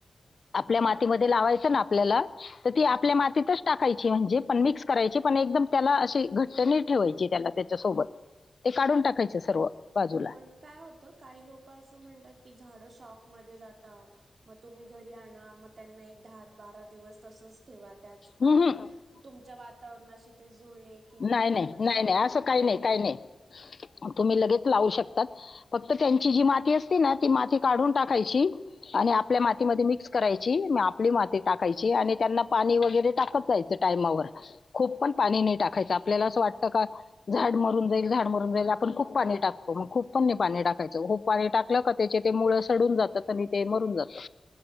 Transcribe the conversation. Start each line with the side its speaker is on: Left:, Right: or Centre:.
Left: आपल्या
Right: पण
Left: मातीमध्ये
Right: मग
Left: लावायचं ना आपल्याला तर ती आपल्या माती तिथंच टाकायची म्हणजे पण मिक्स करायची पण एकदम त्याला अशी घट्ट नई ठेवायची त्याला त्याच्या सोबत, ते काढून टाकायच सर्व बाजूला
Right: पण काय होतं काही लोक असं म्हणतात की, झाडं शॉक मध्ये जातात मग तुम्ही घरी आणा, म त्यांना एक दहा बारा दिवस तसच ठेवत त्याच पाण्यात,
Left: हम्म, हम्म.
Right: तुमच्या वातावरणाशी ते जुळले की मग
Left: नाही
Right: त्यांना
Left: नाही नाही
Right: हे
Left: नाही
Right: करा
Left: असं
Right: वगैरे
Left: काही नाही काही नाही तुम्ही लगेच लावू शकतात फक्त त्यांची जी माती असते ना ती माती काढून टाकायची आणि आपल्या मातीमध्ये मिक्स करायची म आपली माती टाकायची आणि त्यांना पाणी वगैरे टाक जायचा टाइमावर, खूप पण पाणी नाही टाकायच, आपल्याला अस वाटत का झाड मरून जाईल, झाडं मरून जाईल,
Right: हो
Left: आपण खूप
Right: हो.
Left: पाणी टकतो मग खूप कमी पाणी टाकायचं, खूप पाणी टाकलं का त्याचे ते मुळ सडून जातात आणि ते मरून जात.